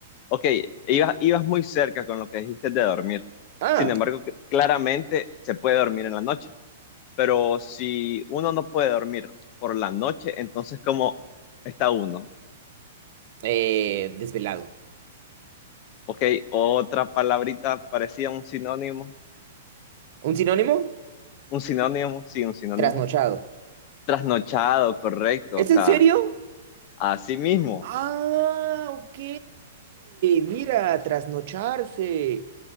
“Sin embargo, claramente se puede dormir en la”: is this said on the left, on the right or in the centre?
Left